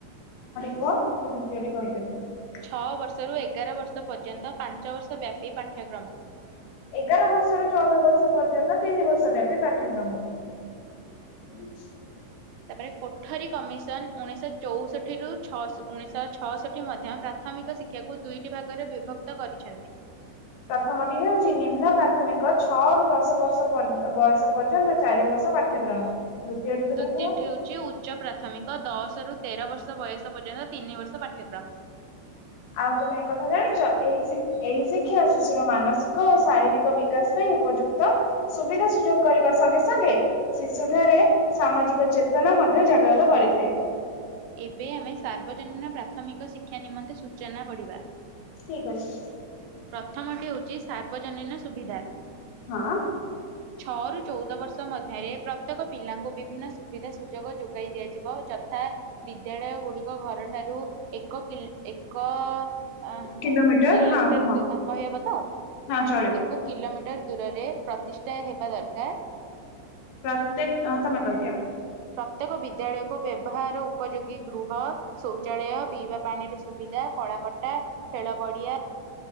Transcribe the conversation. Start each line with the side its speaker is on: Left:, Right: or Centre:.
Left: ପୁହ ମୁଁ ଦ୍ଵିତୀୟଟି କହିଦେବି
Right: ଛଅ ବର୍ଷରୁ ଏଗାର ବର୍ଷ ପର୍ଯ୍ୟନ୍ତ ପାଞ୍ଚ ବର୍ଷ ବ୍ୟାପୀ ପାଠ୍ୟକ୍ରମ
Left: ଏଗାର ବର୍ଷରୁ ଚଉଦ ବର୍ଷ ପର୍ଯ୍ୟନ୍ତ ତିନି ବର୍ଷ ବ୍ୟାପୀ ପାଠ୍ୟକ୍ରମ ଆ
Right: ତାପରେ କୋଠରୀ କମିଶନ ଉଣେଇଶ ଚଉଷଠି ର ଛ ଉଣେଇଶହ ଛଅଷଠି ମଧ୍ୟ ପ୍ରାଥମିକ ଶିକ୍ଷାକୁ ଦୁଇଟି ଭାଗରେ ବିଭକ୍ତ କରି ଅଛନ୍ତି।
Left: ପ୍ରଥମଟି ହଉଛି ନିମ୍ନ ପ୍ରାଥମିକ ଛଅରୁୁ ଦଶ ବର୍ଷ ବୟସ ପର୍ଯ୍ୟନ୍ତ ବା ଚାରି ବର୍ଷ ପାଠ୍ୟକ୍ରମ ଦ୍ଵିତୀୟଟି ତୁମେ
Right: ଦ୍ଵିତୀୟ
Left: କୁହ?
Right: ହେଉଛି ଉଚ୍ଚ ପ୍ରାଥମିକ ଦଶ ରୁ ତେର ବର୍ଷ ବୟସ ପର୍ଯ୍ୟନ୍ତ ତିନି ବର୍ଷ ପାଠ୍ୟକ୍ରମ
Left: ଆଉ ତୁମେ ଏକଥା ଜାଣିଛ ଏଇ ଏଇ ଶିକ୍ଷା ଶିଶୁର ମାନସିକ ଓ ଶାରୀରିକ ବିକାଶ ପାଇଁ ଉପଯୁକ୍ତ ସୁବିଧା ସୁଯୋଗ କରିବା ସଙ୍ଗେ ସଙ୍ଗେ ଶିଶୁଠାରେ ସାମାଜିକ ଚେତନା ମଧ୍ୟ ଜାଗରତ କରିଥାଏ।
Right: ଏବେ ଆମେ ସାର୍ବଜନୀନ ପ୍ରାଥମିକ ଶିକ୍ଷା ନିମନ୍ତେ ସୂଚନା ପଢିବା
Left: ଠିକ ଅଛି।
Right: ପ୍ରଥମଟି ହଉଛି ସାର୍ବଜନୀନ ସୁବିଧା
Left: ହଁ
Right: ଛଅରୁୁ ଚଉଦ ବର୍ଷ ମଧ୍ୟରେ ପ୍ରତ୍ୟେକ ପିଲାଙ୍କୁ ବିଭିନ୍ନ ସୁବିଧା ସୁଯୋଗ ଯୋଗାଇ ଦିଆଯିବ ଯଥା ଥା ବିଦ୍ୟାଳୟ ଗୁଡିକ ଘର ଠାରୁ ଏକ ଏକ ଅ
Left: କିଲୋମିଟର
Right: କିଲୋମିଟର
Left: ହଁ କୁହ।
Right: କହିହେବ ତ
Left: ହଁ ଚଳିବ
Right: ଏକ କିଲୋମିଟର ଦୂରରେ ପ୍ରତିଷ୍ଠା ହେବା ଦରକାର
Left: ପ୍ରତ୍ୟେକ ତମ କହି ଦିଆ
Right: ପ୍ରତ୍ୟେକ ବିଦ୍ୟାଳୟକୁ ବ୍ୟବହାର ଉପଯୋଗୀ ଗୃହ ଶୌଚାଳୟ ପିଇବା ପାଣିରେ ସୁବିଧା କଳାପଟା ଖେଳ ପଡିଆ